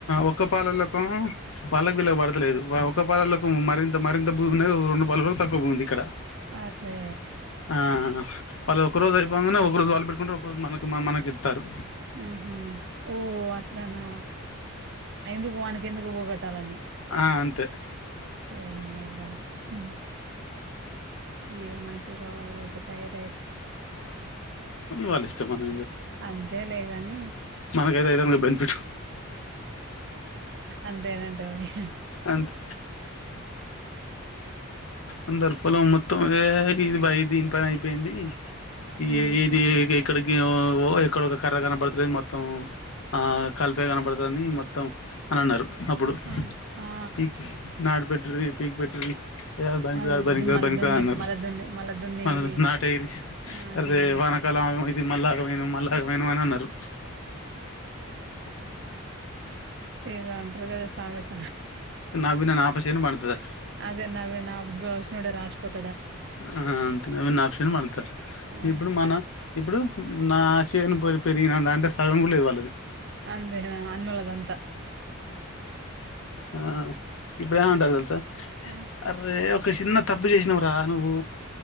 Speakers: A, on the left; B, on the right.
A: ఒక్క పాలలో వాళ్ళకి పిల్ల పడతలేదు ఒక పాలలకు మరింత మరింత భూమి ఉది రెండు పాలలకు తక్కువ భూమింది ఇక్కడ
B: ఆ అరే
A: ఆ వాళ్ళు ఒక రోజు అయిపోగానే ఒక రోజు వాళు పెట్టుకుంటారు ఒక రోజు మన మనకి ఇడతారు
B: ఆహా ఓహో అట్లానా ఎందుకు వాన ఎందుకు పోగొట్టాలని
A: ఆ అంతే
B: స <unintelligible> ఏం మనసులో ఇట్ల తయారు
A: వాళ్ళ ఇష్టం అన్న ఏం చేస్తాం
B: అంతే లేగాని
A: మనకైతే అయితే బెనిఫిట్
B: అంతే <unintelligible> అంటయి
A: అంతే అందరు పొలం మొత్తం ఇదేంది దీని పని అయిపోయింది ఈ
B: మ్
A: ఏది <unintelligible> ఇక్కడికి ఓ ఎక్కడ ఒక కర్ర కనపడుతుంది మొత్తం ఆ కలిపా కనపడుతుందిని మొత్తం అని అన్నారు అప్పుడు
B: ఆ ఆ
A: పీక్ నాడు పెట్ పీక్ పెట్ అ ఎయారు బనికిద
B: అదే
A: అ బనికి
B: మళ్ళ
A: బనికిద
B: దున్ని
A: అన్నారు
B: మళ్ళ దున్ని మళ్ళ దున్నిరి
A: మన నాట ఇరి
B: నాటేరి
A: అే వానకాలం ఆ ఇది మల్ల ఏమైనవ్ మళ్ళాగమైనవ్
B: ఆ
A: అని అన్నరు
B: ఏదో అంటరు కదా సామెత
A: నవ్వి నా ఆపచేను పండుతదట
B: అదేన్న <unintelligible> న రాజపతి
A: ఆ అంతే అవి నాప్షన్ పండుతది
B: ఆ
A: ఇప్పుడు మనం ఇప్పుడు నా శేను పెరిగినా నా దాంట్లే సగం కూడా లేదు వాళ్ళది
B: అంతేనా అన్నోలదంతా
A: ఆహ్ ఇప్పుడు ఏమంటాళ్లు తెలుసా
B: ఆ
A: అరే ఒక చిన్న తప్పు చేసినవురా నువ్వూ